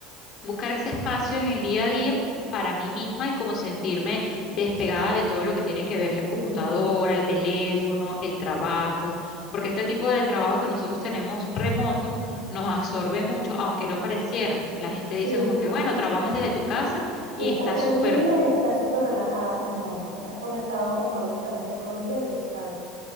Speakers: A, on the left; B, on the right.
A: buscar ese espacio en el día a día para mí misma y como sentirme despegada de todo lo que tiene que ver la
B: Sí,
A: computadora, el teléfono, el trabajo, porque este tipo de trabajo que nosotros tenemos remoto nos absorbe mucho, aunque no pareciera. La gente
B: sí.
A: dice como que, bueno, trabajas desde tu casa y
B: Y estás
A: está
B: tranquila
A: súper
B: y estás súper relajada y no, estás conectado tecnológicamente todo el día y eso cansa